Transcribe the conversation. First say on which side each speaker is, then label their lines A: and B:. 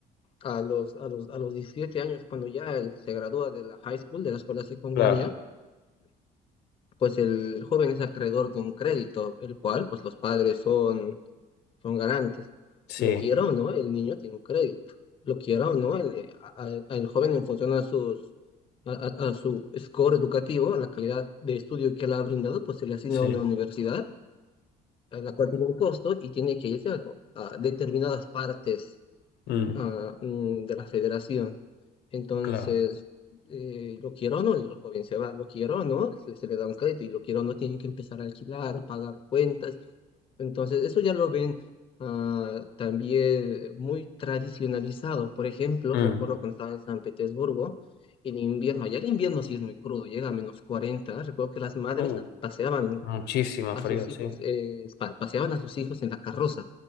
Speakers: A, on the left; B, on the left.
A: a los, a los, a los 17 años, cuando ya él se gradúa de la high school, de la escuela secundaria,
B: Claro.
A: pues el joven es acreedor de un crédito, el cual pues los padres son, son garantes.
B: Sí,
A: Lo quiera o no, el niño tiene un crédito. Lo quiera o no, el, eh, a- a- el joven en función a sus a, a- a su score educativo, a la calidad de estudio que le ha brindado, pues se le asigna
B: sí.
A: a una universidad, a la cual tiene un costo y tiene que irse a, a determinadas partes
B: Mm,
A: ah, mm, de la federación. Entonces,
B: claro.
A: eh, lo quiero o no, el joven se va, lo quiero o no, se, se le da un crédito y lo quiero o no, tienen que empezar a alquilar, pagar cuentas. Entonces, eso ya lo ven ah, también muy tradicionalizado. Por ejemplo,
B: Mm.
A: recuerdo cuando estaba en San Petersburgo, en invierno, allá el invierno sí es muy crudo, llega a menos cuarenta Recuerdo que las madres
B: Uh,
A: paseaban
B: muchísimo
A: a
B: frío,
A: sus hijos,
B: sí.
A: eh, pa- paseaban a sus hijos en la carroza,